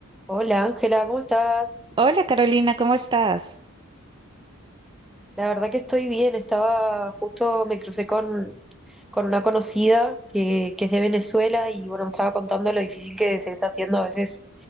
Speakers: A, in the centre; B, on the right.
A: Hola Ángela, ¿cómo estás?
B: Hola Carolina, ¿cómo estás?
A: La verdad que estoy bien, estaba justo, me crucé con, con una conocida que, que es de Venezuela y bueno, me estaba contando lo difícil que se está haciendo a veces